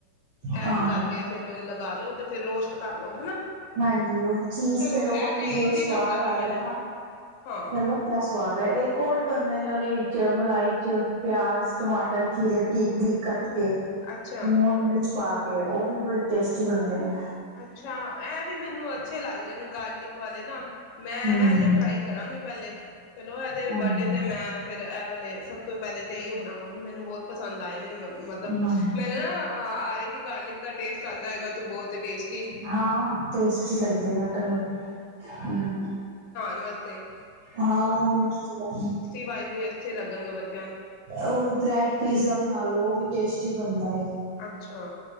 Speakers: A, on the right; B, on the left.
A: ਹਾਂ
B: ਐਡ ਕਰਕੇ ਫਿਰ ਲਗਾ ਲੋ ਤੇ ਫਿਰ ਰੋਸਟ ਕਰ ਲੋ ਹਨਾ
A: ਹਾਂਜੀ ਉਹ ਚੀਜ਼
B: ਚਲੋ
A: ਫੇਰ ਉਹ
B: ਇਹ
A: ਵੱਖਰੀ
B: ਤੇ ਈਜ਼ੀ
A: ਉਹ ਸਵਾਦ
B: ਲੱਗਦਾ ਪਿਆ
A: ਆਏਗਾ
B: ਮੈਨੂੰ
A: ਨਾ ਫਿਰ
B: ਹਾਂ
A: ਵੱਖਰਾ ਸਵਾਦ ਹੈ ਇੱਕ ਉਹ ਵੀ ਬਣਦੇ ਨੇ ਵਿੱਚ ਮਲਾਈ ਚ ਪਿਆਜ਼ ਟਮਾਟਰ ਖੀਰੇ ਬਰੀਕ ਬਰੀਕ ਕੱਟ ਕੇ
B: ਅੱਛਾ-ਅੱਛਾ
A: ਲੂਣ ਮਿਰਚ ਪਾ ਕੇ ਉਹ ਵੀ ਬੜੇ ਟੇਸਟੀ ਬਣਦੇ ਜ
B: ਅੱਛਾ ਐ ਵੀ ਮੈਨੂੰ ਅੱਛੇ ਲੱਗ ਰਹੇ ਨੇ ਗਾਰਲਿਕ ਵਾਲੇ ਨਾ ਮੈਂ
A: ਹਮ
B: ਇਹਲੇ ਟਰਾਈ ਕਰਾਂਗੀ ਪਹਿਲੇ ਚਲੋ ਇਹਦੇ
A: ਹਮ
B: ਬਡੇ ਤੇ ਮੈਂ ਫਿਰ ਐ ਵਾਲੀ ਸਭ ਤੋਂ ਪਹਿਲੇ ਤੇ ਇਹੀਓ ਬਣਾਵਾਂਗੇ ਮੈਨੂੰ ਬਹੁਤ ਪਸੰਦ ਆਏ ਨੇ ਮਤਲਬ
A: ਹਾਂ
B: ਮੈਨੂੰ ਨਾ ਆ ਰਹਾ ਕਿ ਗਾਰਲਿਕ ਦਾ ਟੇਸਟ ਆਂਦਾ ਹੈਗਾ ਤੇ ਬਹੁਤ ਵੇਸ
A: ਹਾਂ ਟੇਸਟੀ ਲੱਗਦੇ ਨੇ ਉਹ ਬੜੇ ਹੂੰ
B: ਨਮਸਤੇ
A: ਹਾਂ ਮੈਨੂੰ
B: ਵਾਈਜ਼ ਵੀ ਅੱਛੇ ਲੱਗਣਗੇ ਬੱਚਿਆਂ ਨੂੰ
A: ਉਹ ਵੀ ਬ੍ਰੈਡ ਪੀਜ਼ਾ ਬਣਾ ਲੋ ਉਹ ਵੀ ਟੇਸਟੀ ਬਣਦਾ ਵੈ
B: ਅੱਛਾ